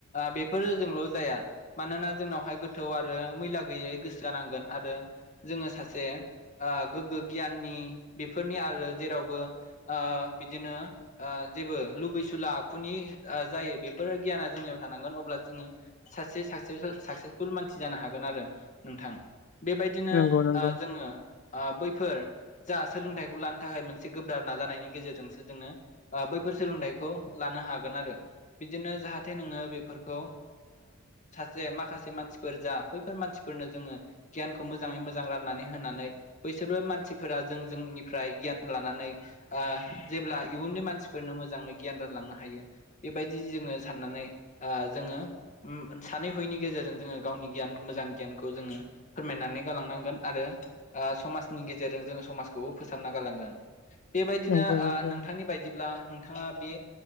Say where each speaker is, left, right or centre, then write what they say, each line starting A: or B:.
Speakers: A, on the left (about 35°); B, on the left (about 55°).
A: बेफोर जोंल' जाया मानोना जोंनावहाय गोथौ आरो गैयै गोसो जानांगोन आरो जोङो सासे गोग्गो गियाननि बेफोरनि आरो जेरावबो बिदिनो जेबो लुबैसुला आखुनि जायो बेफोर गियाना जोंनियाव थानांगोन अब्ला जोङो सासे स साकसेसफुल मानसि जानो हागोन <unintelligible> थां बेबायदिनो
B: नंगौ नंगौ
A: जोंङो बैफोर सोलोंथाइखौ लानो थाखाय मोनसे गोब्राब नाजानायनि गेजेरजोंसो जोङो बैफोर सोलोंथाइखौ लानो हागोन आरो बिदिनो जाहाथे नोङो बेफोरखौ सासे माखासे मानसिफोर जा बैफोर मानसिफोरनो जोङो गियानखौ मोजाङै मोजां राननानै होनानै बैसोरबो मानसिफोरा जों जोंनिफ्राय गियान लानानै जेब्ला इयुननि मानसिफोरनो मोजाङै गियान रानलांनो हायो बेबायदि जोङो साननानै जोङो सानै हयैनि गेजेरजों जोंङो गावनि गियान मोजां गियान जोङो फोरमायनानै गांनांगोन आरो समनि गेजेरजों जो समाजखौबो फोसाबना गालांगोन बेबायदिनो
B: नंगौ नंगौ
A: नोंथांनि बायदिब्ला नोंथाङा बे